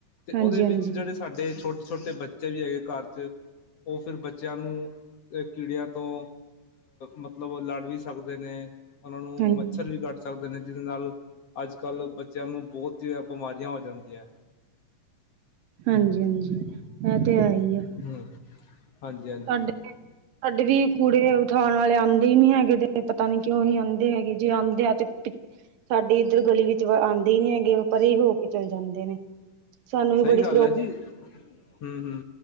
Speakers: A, on the left (about 55°); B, on the right (about 85°).
A: ਤੇ
B: ਹਾਂਜੀ
A: ਓਦੇ ਵਿੱਚ
B: ਹਾਂਜੀ
A: ਜੇੜੇ ਸਾਡੇ ਛੋਟੇ-ਛੋਟੇ ਬੱਚੇ ਵੀ ਹੈਗੇ ਘਰ ਚ ਓ ਫਿਰ ਬੱਚਿਆਂ ਨੂੰ ਕੀੜਿਆਂ ਤੋਂ ਮਤਲਬ ਓ ਲੜ ਵੀ ਸਕਦੇ ਨੇ ਉਹਨਾਂ ਨੂੰ
B: ਹਾਂਜੀ
A: ਮੱਛਰ ਵੀ ਕੱਟ ਸਕਦੇ ਨੇ ਜੀਦੇ ਨਾਲ ਅੱਜਕੱਲ੍ਹ ਬੱਚੇਆਂ ਨੂੰ ਬੋਤ ਜਿਆ ਬਿਮਾਰੀਆਂ ਹੋ ਜਾਂਦੀਆਂ।
B: ਹਾਂਜੀ-ਹਾਂਜੀ ਐ ਤੇ ਹੈ ਹੀ ਆ।
A: ਹੂੰ, ਹਾਂਜੀ-ਹਾਂਜੀ।
B: ਤੁਹਾਡੇ ਸਾਡੇ ਵੀ ਕੂੜੇ ਉਠਾਣ ਵਾਲੇ ਆਂਦੇ ਨੀ ਹੈਗੇ ਤੇ ਪਤਾ ਨੀ ਕਿਉਂ ਹੀ ਆਂਦੇ ਹੈਗੇ ਜੇ ਆਂਦੇ ਆ ਸਾਡੀ ਇੱਧਰ ਗਲੀ ਵਿੱਚ ਆਂਦੇ ਈ ਨੀ ਹੈਗੇ ਪਰੇ ਈ ਹੋ ਕੇ ਚਲੇ ਜਾਂਦੇ ਨੇ ਸਾਨੂੰ
A: ਸਹੀ
B: ਵੀ ਬੜੀ
A: ਗੱਲ
B: ਪ੍ਰੋਬ
A: ਹੈ ਜੀ ਹੂੰ-ਹੂੰ,